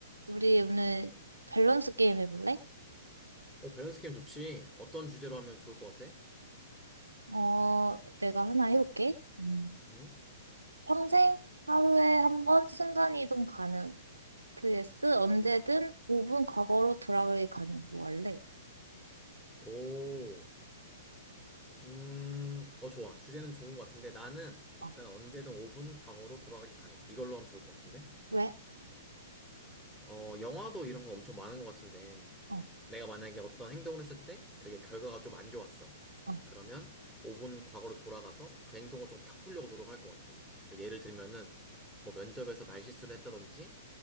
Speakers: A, on the right (about 85°); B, in the centre.
A: 우리 오늘 밸런스 게임 해볼래?
B: 어, 밸런스 게임 좋지. 어떤 주제로 하면 좋을 것 같아?
A: 어, 내가 하나 해볼게. 음.
B: 응?
A: 평생 하루에 한 번 순간이동 가능. vs 언제든 5분 과거로 돌아가기 가능. 뭐 할래?
B: 오. 음, 어, 좋아. 주제는 좋은 것 같은데 나는
A: 어,
B: 일단 언제든 5분 과거로 돌아가기 가능. 이걸로 하면 좋을 것 같은데?
A: 왜?
B: 어, 영화도 이런 거 엄청 많은 것 같은데
A: 어,
B: 내가 만약에 어떤 행동을 했을 때 그게 결과가 좀 안 좋았어.
A: 어.
B: 그러면 5분 과거로 돌아가서 그 행동을 좀 바꾸려고 노력할 것 같아. 그 예를 들면은 뭐 면접에서 말실수를 했다든지